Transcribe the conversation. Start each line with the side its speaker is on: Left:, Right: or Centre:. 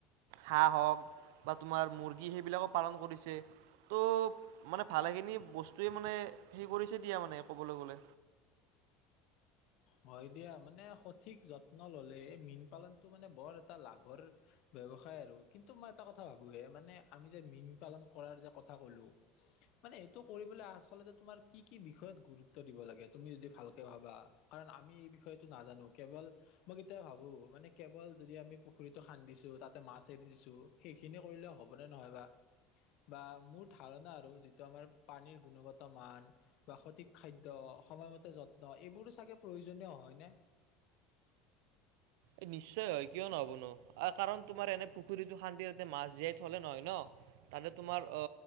Right: হাঁহ হওক বা তোমাৰ মুৰ্গী সেইবিলাকো পালন কৰিছে। ত' মানে ভালেখিনি বস্ত- তোৱে মানে হে কৰিছে দিয়া মানে কবলৈ গলে।
Left: হয় দিয়া মানে সঠিক যত্ন ল'লে এই মীন পালনতটো মানে বৰ এটা লাভৰ ব্যবস- সায় আৰু কিন্তু মই এটা কথা ভাবোহে মানে আমি যে মীন পালন কৰাৰ যে কথা কলো মানে এইটো কৰিবলৈ আচলতে তোমাৰ কি কি বিষয়ত গুৰুত্ব দিব লাগে তুমি যদি ভালকে ভাবা কাৰণ আমি এই বিষয়টো নাজানো কেৱল মই কেতিয়াবা ভাবো মানে কেৱল যদি আমি পুখুৰীতটো খান্দিছো তাতে মাছ এৰি দিছোঁ সেইখিনি কৰিলে হ'বনে নহয় বা বা মোৰ ধাৰণা আৰু যিটো আমাৰ পানীৰ গুণগত মান বা সঠিক খাদ্য সময়মতে যত্ন এইবোৰো চাগে প্ৰয়োজনীয় হয় নে?
Right: এই নিশ্চয় হয় কিয় নহবনো কাৰণ তোমাৰ এনে পুখুৰীতটো শান্তিতে মাছ জীয়াই থলে নহয় ন। তাতে তোমাৰ অ